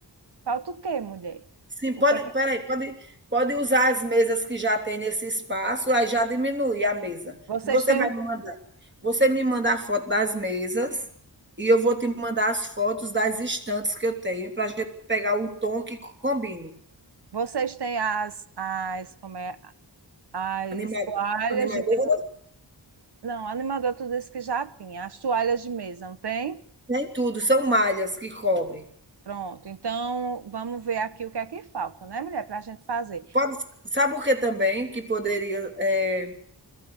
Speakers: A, on the right; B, on the right.
A: falta o quê, mulher?
B: Sim, pode,
A: O que é
B: espera
A: que-
B: aí, pode, pode usar as mesas que já tem nesse espaço, aí já diminui a mesa.
A: vocês
B: Você
A: têm
B: vai
A: o-
B: me mandar. Você me manda a foto das mesas e eu vou te mandar as fotos das estantes que eu tenho para a gente pegar um tom que combine.
A: vocês têm as as como é as
B: Animado,
A: toalhas
B: animadoras,
A: de me- não, animador tu disse que já tinha as toalhas de mesa, não tem?
B: nem tudo, são malhas que cobrem.
A: Pronto. Então vamos ver aqui o que é que falta, né, mulher, para a gente fazer.
B: Pode, sabe o que também que poderia eh,